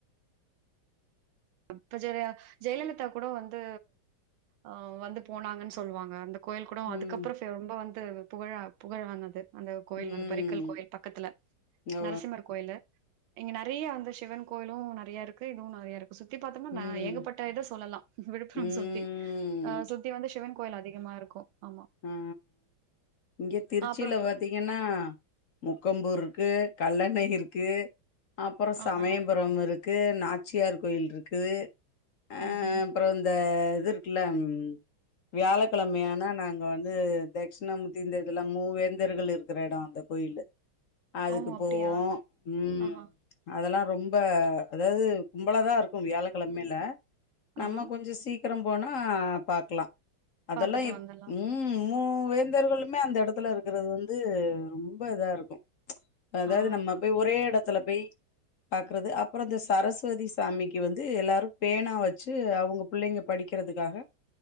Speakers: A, on the right (about 85°); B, on the left (about 55°).
A: இப்ப ஜெலியா ஜெயலலிதா கூடோ வந்து ஆ வந்து போனாங்கன்னு சொல்லுவாங்க அந்த கோயில் கூடோ
B: ம்.
A: அதுக்கப்றோ ரொம்ப வந்து புகழா புகழ் வந்தது அந்த கோயில்
B: ம்.
A: வந்து பறிக்கல் கோயில் பக்கத்துல
B: ஓ!
A: நரசிம்மர் கோயிலு இங்க நெறையா வந்த சிவன் கோயிலும நெறைய இருக்கு இதுவு நெறைய இருக்கு சுத்தி பாத்தோம்னா
B: ம்.
A: நா ஏகப்பட்ட இத சொல்லலா விழுப்புரம்
B: ம்.
A: சுத்தி அ சுத்தி வந்து சிவன் கோயில் அதிகமா இருக்கு ஆமா
B: அ இங்க திருச்சில
A: அப்புறோ
B: பாத்தீங்கன்னா முக்கம்பூர் இருக்கு கல்லணை இருக்கு அப்றோ சமயபுரம்
A: ஆஹா
B: இருக்கு நாச்சியார் கோயில் இருக்குது ஆ
A: ம் ம்
B: அப்றோ அந்த இது இருக்குல்ல ம் வியாழக்கெழமையானா நாங் இங்க வந்து தட்சிணா மூர்த்தி இந்த இதுலா மூவேந்தர்கள் இருக்குற எடோ அந்த கோயிலு அதுக்கு
A: ஓ அப்டியா
B: போவோ ம்
A: ஆஹா
B: அதெல்லா ரொம்ப அதாது கும்பலாதா இருக்கு வியாழக்கெழமையில நம்ம
A: ஆஹா
B: கொஞ்சோ சீக்கரம் போனா பாக்கலா அதெல்லா
A: பாத்துட்டு
B: எப்
A: வந்துல்
B: ம் மூவேந்தர்களுமே அந்த எடத்துல இருக்குறது வந்து ரொம்ப இதா இருக்கு அதாது
A: ஆஹா
B: நம்ம போய் ஒரே எடத்துல போய் பாக்குறது அப்பறோ இந்த சரஸ்வதி சாமிக்கு வந்து எல்லாரு பேனா வச்சு அவுங்க புள்ளைங்க படிக்கறதுக்காக